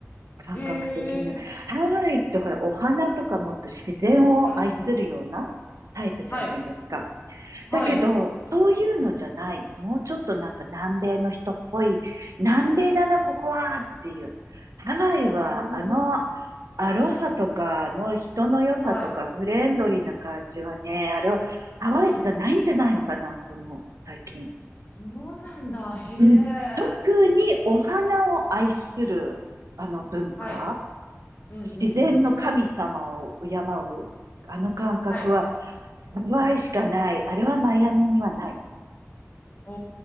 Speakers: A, on the right; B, on the left.
A: 感覚的に。
B: へえ。
A: ハワイってほら、お花とかもっと自然を愛するようなタイプじゃないですか。
B: うん。うん。はい。はい。
A: だけど、そういうのじゃない。もうちょっとなんか南米の人っぽい、南米だな、ここはっていう。ハワイは、
B: おー。
A: あの、アロハとかの人の良さとかフレンドリーな感じはね、
B: はい。
A: あれはハワイしかないんじゃないのかなと思う、
B: うん。
A: 最近。
B: そうなんだ。へえ。
A: うん、特にお花を愛するあの文化、
B: はい。うん。うん。
A: 自然の神様を敬う、
B: うん。
A: あの感覚は
B: はい。
A: ハワイしかない。あれはマイアミにはない。
B: お